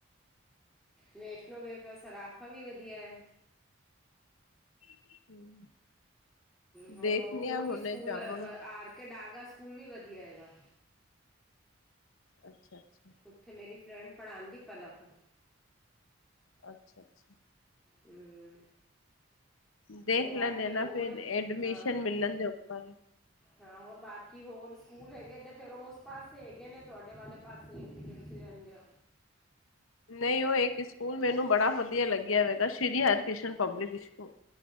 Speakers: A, in the centre; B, on the left.
A: ਵੈਸ਼ਨੋ ਵੇਖਲੋ ਸਰਾਫਾ ਵੀ ਵਧੀਆ ਐ।
B: <unintelligible>
A: ਹੋਰ
B: ਦੇਖਣੇ
A: ਓ
B: ਆ
A: ਓ
B: ਹੁਣੇ
A: ਵੀ ਸਕੂਲ
B: ਜਾਵਾਂਗੀ
A: ਆ ਆਰ ਕੇ ਡਾਗਾ ਸਕੂਲ ਵੀ ਵਧੀਆ ਏਗਾ।
B: ਅੱਛਾ ਅੱਛਾ।
A: ਓਥੇ ਮੇਰੀ ਫਰੈਂਡ ਪੜ੍ਹਾਂਦੀ ਪਲਕ।
B: ਅੱਛਾ ਅੱਛਾ।
A: ਹੂੰ
B: ਦੇਖ
A: ਹੋਰ ਬਾਕੀ
B: ਲੈਂਣੇ ਏ ਨਾ
A: ਹੋਰ
B: ਫੇਰ ਐਡਮਿਸ਼ਨ
A: ਹਾਂ
B: ਮਿਲਣ ਦੇ ਉੱਪਰ ਐ।
A: ਹਾਂ ਹੋਰ ਬਾਕੀ ਹੋਰ ਸਕੂਲ ਹੈਗੇ ਤੇ ਫੇਰ ਓਸ ਪਾਸੇ ਹੈਗੇ ਨੇ ਤੁਆਡੇ ਵਾਲੇ ਪਾਸੇ। ਸੇਈ ਜਿੱਧਰ ਤੁਸੀਂ ਰੈਂਦੇ ਓ।
B: ਨਈ ਓ ਇੱਕ ਸਕੂਲ ਮੈਨੂੰ ਬੜਾ ਵਧੀਆ ਲੱਗਿਆ ਵੈਗਾ ਸ਼੍ਰੀ ਹਰਿਕ੍ਰਿਸ਼ਨ ਪਬਲਿਕ ਸਕੂਲ